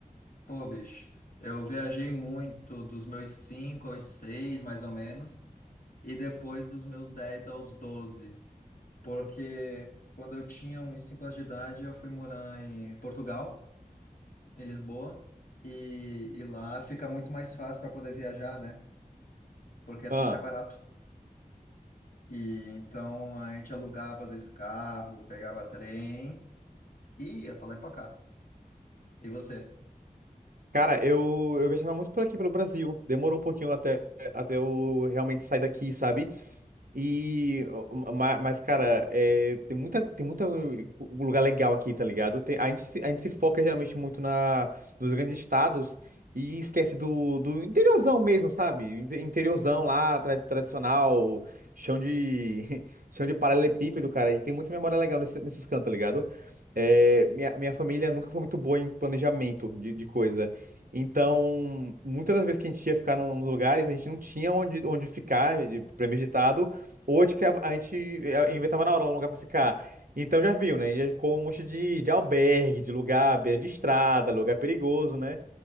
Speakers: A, on the left; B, on the right.
A: Pô, bicho, eu viajei muito dos meus 5 aos 6, mais ou menos, e depois dos meus 10 aos 12, porque quando eu tinha uns 5 anos de idade, eu fui morar em Portugal, em Lisboa, e, e lá fica muito mais fácil para poder viajar, né? Porque é
B: Ah,
A: tudo mais barato. E então a gente alugava, às vezes, carro, pegava trem e ia pra lá e pra cá. E você?
B: cara, eu, eu viajava muito por aqui, pelo Brasil. Demorou um pouquinho até, até eu realmente sair daqui, sabe? E, ma- mas, cara, é, tem muita, tem muita lugar legal aqui, tá ligado? Tem- a gente, se- a gente se foca geralmente muito na, nos grandes estados e esquece do, do interiorzão mesmo, sabe? Inte- Interiorzão lá, tra- tradicional, chão de, <laughs> chão de paralelepípedo, cara. E tem muita memória legal nesse, nesses cantos, tá ligado? É, minha, minha família nunca foi muito boa em planejamento de, de coisa. Então, muitas das vezes que a gente ia ficar num- nos lugares, a gente não tinha onde, onde ficar eh, premeditado. Oito que a, a gente eh, inventava na hora um lugar pra ficar. Então já viu, né? Já ficou um monte de, de albergue, de lugar, à beira de estrada, lugar perigoso, né?